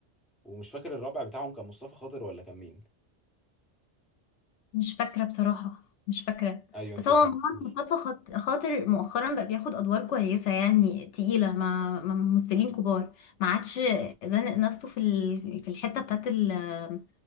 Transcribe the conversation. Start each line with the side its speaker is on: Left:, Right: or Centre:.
Centre: ومش فاكر الرابع بتاعهم كان مصطفى خاطر ولا كان مين
Left: مش فاكرة بصراحة مش فاكرة
Centre: أيوه أنت
Left: بس هو
Centre: ما
Left: عموما
Centre: كملتهاش
Left: مصطفى خاط- خاطر مؤخرا بقى بياخد أدوار كويسة يعني تقيلة مع مع ممثلين كبار ما عادش زانق نفسه في ال- في الحتة بتاعت ال-